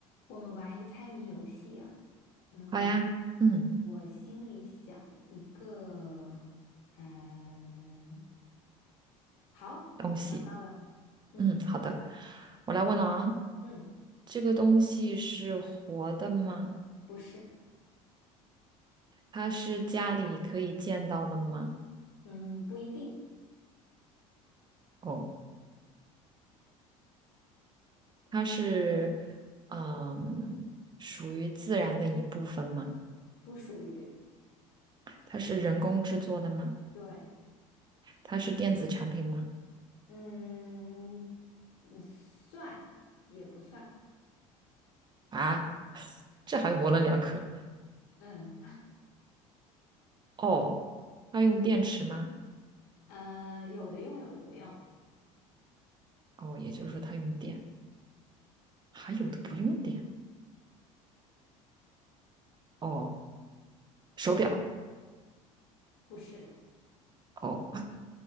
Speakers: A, on the left (about 60°); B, on the right (about 25°).
A: 我们玩一个猜谜游戏啊，嗯，
B: 好呀，嗯，
A: 我心里想一个，嗯，好，我想到了，
B: 东西，
A: 嗯
B: 嗯，好的，我来问了啊，
A: 嗯，
B: 这个东西是活的吗？
A: 不是，
B: 它是家里可以见到的吗？
A: 嗯，不一定，
B: 哦，它是，嗯，属于自然的一部分吗？
A: 不属于，
B: 它是人工制作的吗？
A: 对，
B: 它是电子产品吗？
A: 嗯，嗯算也不算，
B: 啊，这还模棱两可。
A: 嗯
B: 哦，它用电池吗？
A: 嗯，有的用，有的不用，
B: 哦，也就是说它用电，还有的不用电。哦，手表。
A: 不是，
B: 哦，